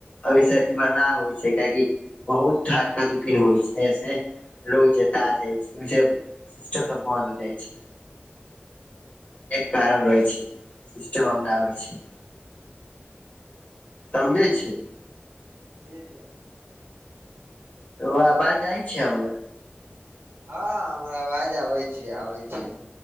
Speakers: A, on the left (about 35°); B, on the right (about 60°).
A: अब ई सब इधर ना होय छै काहैकि बहुत धक्का-धुक्की न होय छै। ए से लोग जता जाए छै, ओय से सिस्टम सब बंन्द होए जाए छै। एहि कारण रहै छै, सिस्टम आब न आबै छै। समझै छीयै।
B: जी-जी।
A: तोरा आवाज जाए छै हमर?
B: हां हमर आवाज आबै छीयै, आबै छीयै।